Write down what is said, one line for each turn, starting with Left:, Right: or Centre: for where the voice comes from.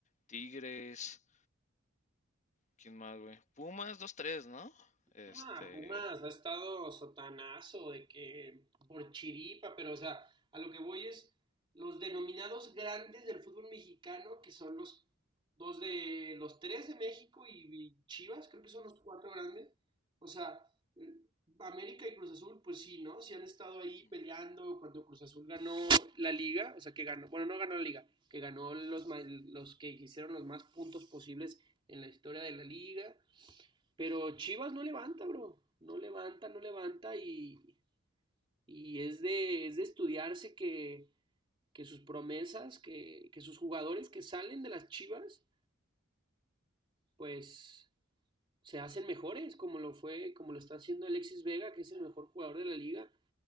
Left: Tigres, ¿quién más, güey? Pumas dos tres ¿no? Este...
Right: Ah, Pumas ha estado sotanazo de que por chiripa, pero o sea, a lo que voy es los denominados grandes del fútbol mexicano, que son los dos de los tres de México y, y Chivas, creo que son los cuatro grandes. O sea, eh, América y Cruz Azul, pues sí, ¿no? Sí han estado ahí
Left: ujú.
Right: peleando cuando Cruz Azul ganó la liga, o sea, que ganó, bueno, no ganó la liga, que ganó los, ma- los que hicieron los más puntos posibles en la historia de la liga pero Chivas no levanta, bro. No levanta, no levanta y, y es, de, es de estudiarse que, que sus promesas, que, que sus jugadores que salen de las Chivas, pues se hacen mejores, como lo fue, como lo está haciendo Alexis Vega, que es el mejor jugador de la liga,